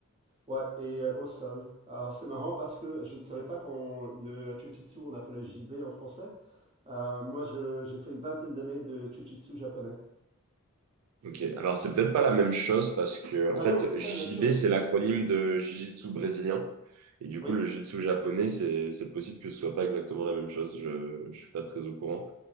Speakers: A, on the right; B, on the right.
A: Ouais, et euh, au sol. Alors c'est marrant parce que je ne savais pas qu'on le jujitsu on appelait J B en français. Euh, moi je- j'ai fait une vingtaine d'années de jujitsu japonais.
B: Ok, alors c'est peut-être pas la même chose parce que en
A: Ah
B: fait
A: non, c'est
B: JJB
A: pas la même chose.
B: c'est l'acronyme de Jiu-Jitsu brésilien et du
A: Oui,
B: coup le Jiu-Jitsu japonais c'est c'est possible que ce soit pas exactement la même chose. Je je suis pas très au courant.